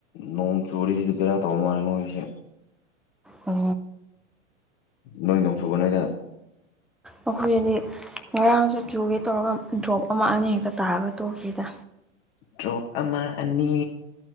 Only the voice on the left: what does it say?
ꯅꯣꯡ ꯆꯨꯔꯤꯁꯤꯗꯤ ꯕꯦꯔꯥ ꯇꯧ ꯃꯥꯥꯟꯂꯦ ꯃꯣꯏꯁꯦ
ꯅꯣꯏ ꯅꯣꯡ ꯆꯨꯕ ꯅꯣꯏꯗ
ꯗ꯭ꯔꯣꯞ ꯑꯃ ꯑꯅꯤ